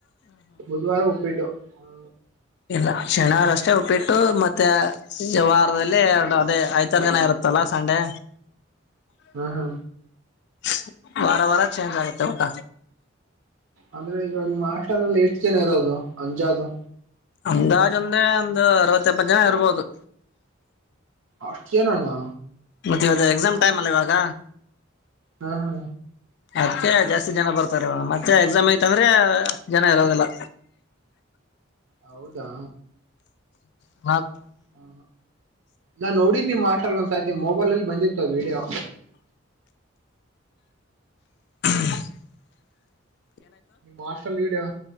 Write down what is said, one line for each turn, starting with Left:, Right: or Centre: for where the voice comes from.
Right: ಬುಧವಾರ ಉಪ್ಪಿಟ್ಟು ಹ.
Left: ಇಲ್ಲ ಶನಿವಾರ ಅಷ್ಟೇ ಉಪ್ಪಿಟ್ಟು ಮತ್ತೆ ವಾರದಲ್ಲಿ ಎರಡು ಅದೇ ಐತಾರ ದಿನಾ ಇರುತ್ತಲ್ಲ ಸಂಡೆ.
Right: ಹ್ಮ ಹಾ.
Left: <inaudible> ಬರ ಚೇಂಜ್ ಆಗುತ್ತೆ ಊಟ.
Right: ಅಂದ್ರೆ ಈವಾಗ ನಿಮ್ಮ ಹಾಸ್ಟೆಲ್ ಅಲ್ಲಿ ಎಷ್ಟು ಎಷ್ಟು ಜನ ಇರೋದು ಅಂಜಾಜು.
Left: ಅಂದಾಜ್ ಅಂದ್ರೆ ಒಂದ್ ಅರವತ್ತ ಎಪ್ಪತ್ತ ಜನ ಇರ್ಬೋದು.
Right: ಅಷ್ಟು ಜನಾನಾ.
Left: ಮತ್ತೆ ಅದ ಎಕ್ಸಾಮ್ ಟೈಮ್ ಅಲ್ಲ ಇವಾಗ.
Right: ಹಾ ಹಾ.
Left: ಅದ್ಕ್ಕೆ ಜಾಸ್ತಿ ಜನ ಬರ್ತಾರೆ ಇವಾಗ ಮತ್ತೆ ಎಕ್ಸಾಮ್ಗತಂದ್ರೆ ಜನ ಇರೋದಿಲ್ಲ
Right: ಹೌದಾ
Left: ಹ್ಮ <inaudible>
Right: ಹಾ ನಾ ನೋಡಿದ್ನಿ. ನಿಮ್ ಹಾಸ್ಟಲ್ ಒಂದ್ ಸತಿ ಮೊಬೈಲ್ ಅಲ್ಲಿ ಬಂದಿತ್ತು ವಿಡಿಯೋ.
Left: <inaudible>
Right: ನಿಮ್ ಹಾಸ್ಟಲ್ ವಿಡಿಯೋ